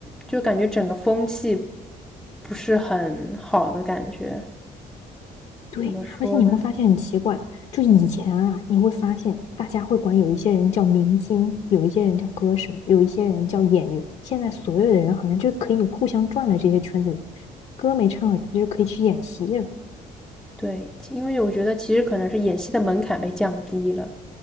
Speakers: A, in the centre; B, on the left.
A: 就感觉整个风气不是很好的感觉，
B: 对，
A: 怎么说呢？
B: 而且你会发现很奇怪，就以前啊，你会发现大家会管有一些人叫明星，有一些人叫歌手，有一些人叫演员。现在所有的人好像就可以互相转了这些圈子里，歌没唱好就可以去演戏了。
A: 对，因为我觉得其实可能是演戏的门槛被降低了，